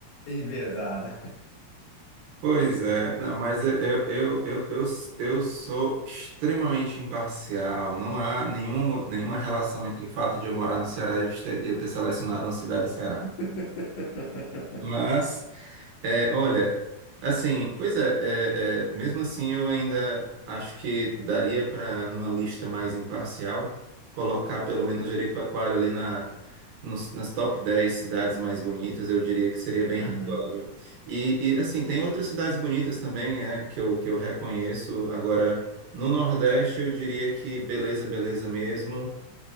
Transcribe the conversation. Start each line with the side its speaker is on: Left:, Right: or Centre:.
Left: é enviesada.
Right: Pois é, não, mas eu, eu, eu, eu, eu eu sou extremamente imparcial. Não há nenhuma, nenhuma relação entre o fato de eu morar no Ceará e eu ter e eu ter selecionado uma cidade do Ceará.
Left: <laughs>
Right: Mas é, olha, assim, pois é, é, é, mesmo assim eu ainda acho que daria para, numa lista mais imparcial, colocar pelo menos Jericoacoara ali na, nos- nas top 10 cidades mais bonitas, eu diria que seria bem
Left: Uhum.
Right: razoável. E, e, assim, tem outras cidades bonitas também, é, que eu, que eu reconheço. Agora, no Nordeste eu diria que beleza, beleza mesmo.